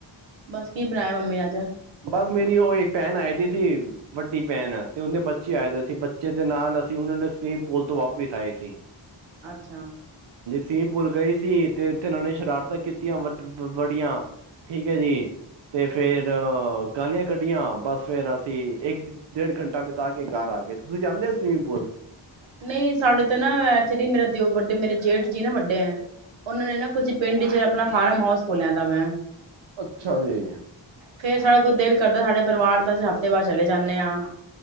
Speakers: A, on the right; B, on the right.
A: ਬਸ ਕੀ ਮੈ ਮੰਮੀ ਆ ਜਾ
B: ਬਸ ਮੇਰੀ ਉਹ ਇੱਕ ਭੈਣ ਆਏ ਦੀ ਸੀ ਵੱਡੀ ਭੈਣ ਤੇ ਉਹਦੇ ਬੱਚੇ ਆਏ ਦੇ ਸੀ ਬੱਚੇ ਦੇ ਨਾਲ ਅਸੀਂ ਉਹਨਾਂ ਨੇ ਸਵੀਮਿੰਗ ਪੂਲ ਤੋਂ ਵਾਪਿਸ ਆਏ ਸੀ
A: ਅੱਛਾ
B: ਸੀਮ ਪੁਲ ਗਏ ਸੀ ਤੇ ਉੱਥੇ ਇਹਨਾਂ ਨੇ ਸ਼ਰਾਰਤਾਂ ਕੀਤੀਆਂ ਵ ਬੜੀਆਂ ਠੀਕ ਹੈ ਜੀ ਤੇ ਫੇਿਰ ਗਾਲੀਆਂ ਕੱਢੀਆਂ ਬਸ ਫੇਿਰ ਅਸੀਂ ਇੱਕ ਡੇਢ ਘੰਟਾ ਬਿਤਾ ਕੇ ਘਰ ਆ ਗਏ। ਤੁਸੀਂ ਜਾਂਦੇ ਸਵੀਮਿੰਗ ਪੂਲ
A: ਨਹੀਂ ਸਾਡੇ ਤੇ ਨਾ ਐਕਚੁਲੀ ਮੇਰਾ ਦਿਓ ਵੱਡੇ ਮੇਰੇ ਜੇਠ ਜੀ ਨਾ ਵੱਡੇ ਹੈ ਉਹਨਾਂ ਨੇ ਨਾ ਕੁਛ ਪਿੰਡ ਚ ਆਪਣਾ ਫਾਰਮ ਹਾਊਸ ਖੋਲਿਆ ਤਾਂ ਵਾ
B: ਅੱਛਾ ਜੀ
A: ਫੇਰ ਸਾਡਾ ਕੋਈ ਦਿਲ ਕਰਦਾ ਸਾਡੇ ਪਰਿਵਾਰ ਤਾਂ ਅਸੀਂ ਹਫ਼ਤੇ ਬਾਅਦ ਚਲੇ ਜਾਂਨੇ ਹਾਂ